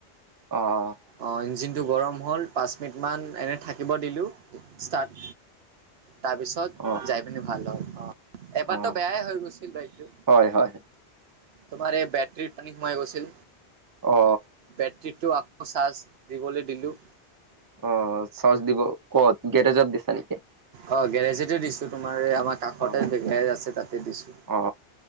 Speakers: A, on the right; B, on the right.
A: অঁ
B: অঁ ইঞ্জিনটো গৰম হ'ল, পাঁচ মিনিটমান এনে থাকিব দিলোঁ ষ্টাৰ্ট তাৰপিছত
A: অ
B: যাই পিনি ভাল হ'ল, অঁ। এবাৰতো
A: অ
B: বেয়াই হৈ গৈছিল বাইকটো।
A: হয় হয়
B: তোমাৰ এই বেটৰীত পানী সোমাই গৈছিল,
A: অ
B: বেটৰী- টো আকৌ চাৰ্জ দিবলৈ দিলো।
A: অ চচ দিব ক'ত গেৰেজত দিছা নেকি?
B: অ গেৰেজতে দিছো, তোমাৰ এই আমাৰ কাষতে
A: অ
B: গেৰেজ আছে তাতে দিছো।
A: অ